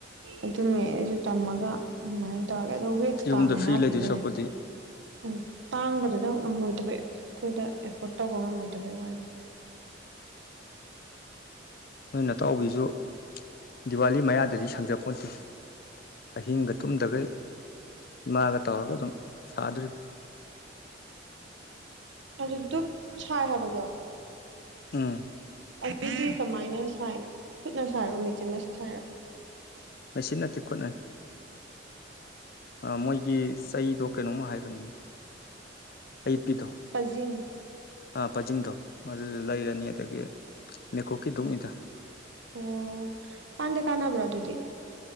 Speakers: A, on the right; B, on the left.
A: ꯑꯗꯨꯅꯦ ꯑꯩꯁꯨ ꯇꯝꯃꯒ ꯑꯗꯨꯃꯥꯏꯅ ꯇꯧꯔꯒꯦꯗꯧꯕꯋ
B: ꯌꯨꯝꯗ
A: ꯇꯥꯡꯉꯦ
B: ꯐ꯭ꯔꯤ
A: ꯍꯥꯏꯕꯗꯨ
B: ꯂꯩꯗꯣꯏ
A: ꯑꯗꯨꯅꯦ
B: ꯁꯔꯨꯛꯄꯨꯗꯤ
A: ꯎꯝ ꯇꯥꯡꯕꯗꯨꯗ ꯉꯝꯃꯣꯏꯗꯕ ꯑꯩꯈꯣꯏꯗ ꯑꯦꯐꯣꯔꯠ ꯇꯧꯕ ꯉꯝꯃꯣꯏꯗꯕꯩ ꯋꯥꯔꯤꯅꯤ
B: ꯅꯣꯏ ꯑꯇꯥꯎꯕꯤꯁꯨ ꯗꯤꯋꯥꯂꯤ ꯃꯌꯥꯗꯗꯤ ꯁꯪꯖꯄꯣꯟꯠꯇꯦ ꯑꯍꯤꯡꯒ ꯇꯨꯝꯗꯈꯩ ꯏꯃꯥꯒ ꯇꯧꯔꯒ ꯑꯗꯨꯝ ꯁꯥꯗꯣꯔꯤꯕꯅꯤ
A: ꯑꯗꯨꯗ ꯗꯨꯞ ꯁꯥꯏ ꯍꯕꯗꯣ
B: ꯎꯝ
A: ꯑꯗꯨꯗꯤ ꯀꯃꯥꯏꯅ ꯁꯥꯏꯅꯣ ꯈꯨꯠꯅ ꯁꯥꯏꯔꯣ ꯃꯦꯆꯤꯟꯅ ꯁꯥꯏꯔꯣ
B: ꯃꯦꯆ ꯅꯠꯇꯦ ꯈꯨꯠꯅꯩ ꯃꯣꯏꯒꯤ ꯆꯩꯗꯣ ꯀꯩꯅꯣꯝꯃ ꯍꯥꯏꯕꯅꯤ ꯑꯌꯠꯄꯤꯗꯣ
A: ꯄꯖꯤꯤꯡ
B: ꯄꯖꯤꯡꯗꯣ ꯑꯗꯨꯁꯨ ꯂꯩꯔꯅꯤ ꯑꯗꯒꯤ ꯅꯦꯀꯣꯛꯀꯤ ꯣꯛꯅꯤꯗ
A: ꯑꯣ ꯀꯥꯟꯗꯦ ꯀꯥꯟꯅꯕ꯭ꯔꯣ ꯑꯗꯨꯗꯤ